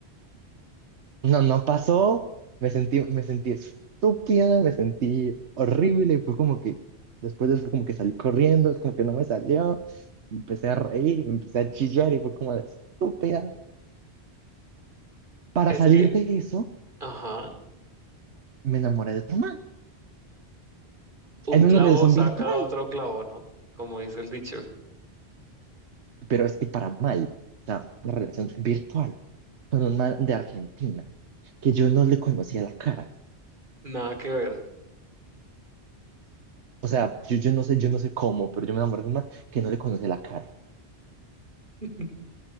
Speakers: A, on the right; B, on the right.
A: No, no pasó. Me sentí, me sentí estúpida, me sentí horrible. Y fue como que, después de eso, como que salí corriendo, es como que no me salió. Empecé a reír, empecé a chillar y fue como de estúpida. Para
B: Es
A: salir
B: que,
A: de eso,
B: ajá,
A: me enamoré de otro man.
B: un
A: En
B: clavo
A: una relación
B: saca
A: virtual,
B: otro clavo, ¿no? Como dice el dicho,
A: pero es que para mal. O sea, una relación virtual con un man de Argentina que yo no le conocía la cara.
B: nada que ver.
A: O sea, yo, yo no sé, yo no sé cómo, pero yo me enamoré de un man que no le conocía la cara.
B: <laughs>